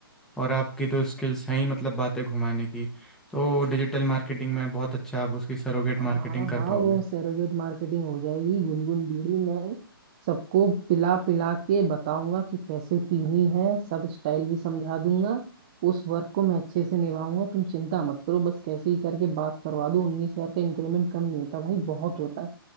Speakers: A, in the centre; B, on the right.
A: और आपकी तो स्किल्स हैं ही मतलब बातें घुमाने की तो डिजिटल मार्केटिंग में बहुत अच्छा आप उसकी सरोगेट
B: हाँ
A: मार्केटिंग कर
B: हाँ
A: पाओगे
B: वो सेरोगेट मार्केटिंग हो जाएगी गुनगुन बीड़ी में सबको पिला पिला के बताऊंगा कि कैसे पीनी है सब स्टाइल भी समझा दूंगा उस वर्क को मैं अच्छे से निभाऊंगा तुम चिंता मत करो बस कैसे ही करके बात करवा दो उन्नीस हजार का इंक्रीमेंट कम नहीं होता भाई बहुत होता है